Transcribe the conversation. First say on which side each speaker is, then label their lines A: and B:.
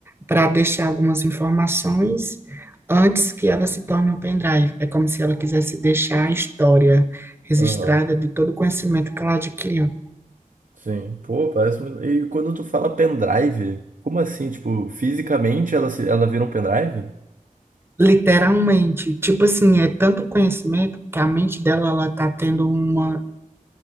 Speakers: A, on the right (about 15°); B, on the right (about 70°).
A: para deixar algumas informações antes que ela se torne um pendrive. É como se ela quisesse deixar a história registrada
B: Aham.
A: de todo o conhecimento que ela adquiriu.
B: Sim, pô, parece muito. E quando tu fala pendrive, como assim? Tipo, fisicamente ela, se... ela vira um pendrive?
A: Literalmente, tipo assim, é tanto conhecimento que a mente dela ela tá tendo uma,